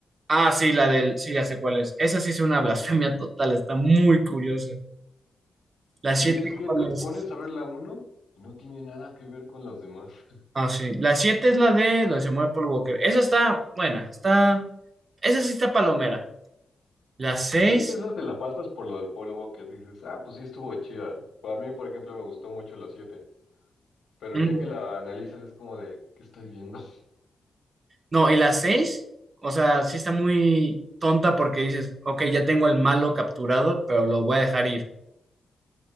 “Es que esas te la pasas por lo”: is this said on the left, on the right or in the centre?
Left